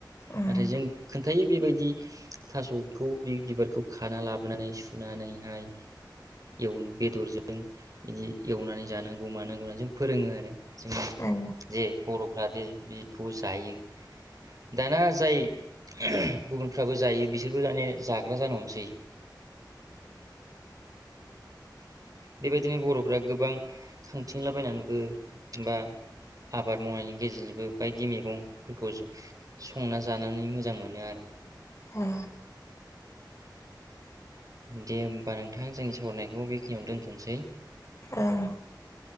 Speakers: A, on the left; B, on the right.
A: ओं
B: नाथाय जों खोन्थायो बेबायदि थास'खौ बे बिबारखौ खाना लाबोनानै सुनानैहाय एव बेदरजों बिदि एवनानै जानांगौ मानांगौ होननानै जों फोरोङो आरो जोंनि
A: ओं
B: जे बर'फ्रा जे बेखौ जायो। दाना जाय गुबुनफ्राबो जायो बिसोरबो माने जाग्रा जानो हमसै। बेबायदिनो बर'फ्रा गोबां खांथिंलाबायनानैबो बा आबाद मावनायनि गेजेरजोंबो बायदि मैगंफोरखौ संना जानानै मोजां मोनो आरो
A: अ
B: दे होमबा नोंथां जोंनि सावरायनायखौ बेखिनियाव दोनथ'नोसै।
A: औ